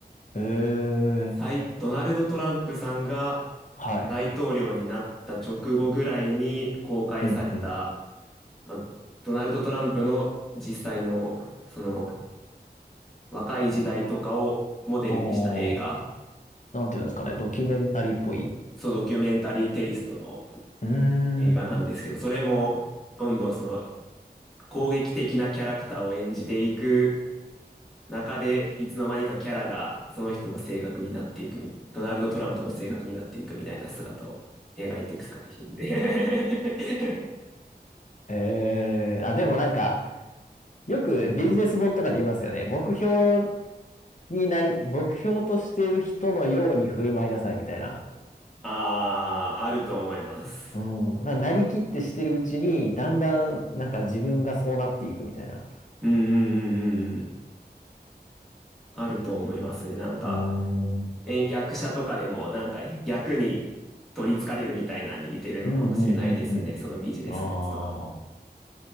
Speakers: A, on the left (about 45°); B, in the centre.
A: へえ、
B: 最ドナルド・トランプさんが
A: はい。
B: 大統領になった直後ぐらいに公開された、
A: うんうん。
B: まあ、ドナルド・トランプの実際の、その、若い時代とかをモデルにした映画、
A: おお、なんていうんですかね、ドキュメンタリーっぽい。
B: そう、ドキュメンタリーテイストの
A: うー
B: 映画なんですけど、
A: ん。
B: それも、どんどんその、攻撃的なキャラクターを演じていく中でいつの間にかキャラがその人の性格になっていくみ、ドナルド・トランプの性格になっていくみたいな姿を描いていく作品で <laughs>
A: えー、あ、でもなんか、よくビジネス本とかで言いますよね。目標になり、目標としてる人のように振る舞いなさいみたいな。
B: ああ、あると思います。
A: うん。だからなりきってしてるうちに、だんだん、なんか自分がそうなっていくみたいな。
B: うんうんうんうんうん。あると思いますね。なんか、
A: うーん。
B: え、役者とかでもなんか役に取り憑かれるみたいなのに似てるのかもしれないですね。
A: うん、うん、うん、うん。
B: そのビジネスのやつとかも。
A: あ